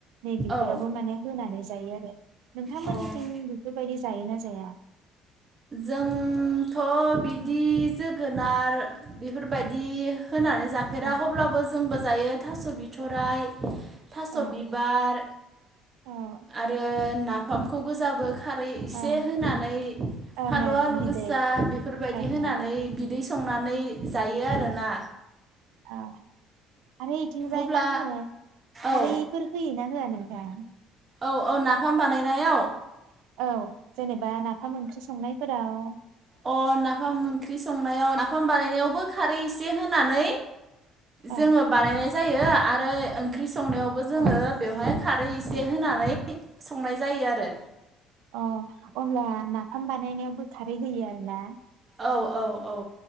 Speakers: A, on the right (about 85°); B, on the right (about 25°).
A: नै बेफोरावबो
B: औ
A: माने होनानै जायो आरो नोंथांमोननिथिं
B: औ
A: बेफोरबायदि जायोना जाया
B: जोंथ' बिदि जोगोनार बेफोरबायदि होनानै जाफेरा
A: ओं
B: अब्लाबो जोंबो जायो थास' बिथराइ थास'
A: ओं
B: बिबार
A: ओं
B: आरो ना खामखौ बो जाबो खारै एसे
A: ओं
B: होनानै
A: ओं
B: फालौ
A: ओं
B: आलु
A: बिदै
B: गोसा बेफोरबायदि
A: ओं
B: होनानै
A: ओं
B: बिदै संनानै जायो आरोना
A: अ आरो इथिंजाय
B: अब्ला
A: मा होनो खारैफोर
B: औ
A: होयोना होआ नोंथां
B: औ औ नाफाम बानायनायाव
A: औ जेनेबा नाफाम ओंख्रि संनायफोराव
B: अ नाफाम ओंख्रि संनायाव नाफाम बानायनायावबो खारै एसे होनानै
A: ओ
B: जोङो बानायनाय जायो आरो ओंख्रि संनायावबो जोङो
A: ओ
B: बेवहाय खारै एसे होनानै संनाय जायो आरो।
A: अ अब्ला नाफाम बानायनायावबो खारै होयो आरो ना?
B: औ औ औ